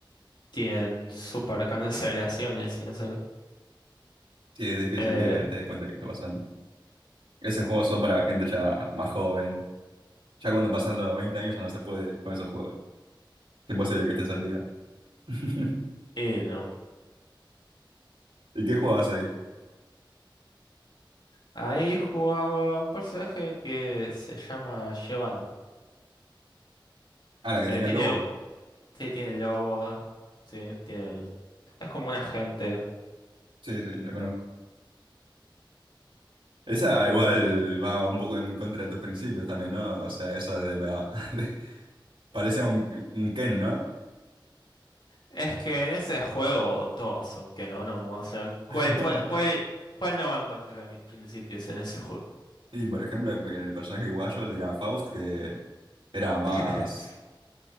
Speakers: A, on the left; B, on the right.
A: tienen super cancelaciones y no sé qué.
B: Sí, es difícil
A: Eh,
B: que te des cuenta que está pasando. Esos juegos son para gente ya más joven. Ya cuando pasas los 20 años ya no se puede con esos juegos. Es imposible que estés al día. <laughs>
A: y no,
B: ¿Y qué jugabas ahí?
A: Ahí jugaba un personaje que se llama Giovanna.
B: Ah, la que
A: Eh,
B: tenía
A: tiene,
B: el lobo.
A: o- sí, tiene lobo, sí, tiene, es como un agente.
B: Sí, sí, la conozco. Esa
A: Eh,
B: igual va un poco en contra de tus principios también, ¿no? O sea, esa de, va- <laughs> parece un, un Ken, ¿no?
A: es que en ese juego todos son que no, no, o sea, ¿cuál,
B: <laughs>
A: cuál, cuál, cuál no va en contra de mis principios en ese juego?
B: Y por ejemplo, el personaje guayo era Faust, que era
A: <laughs>
B: más...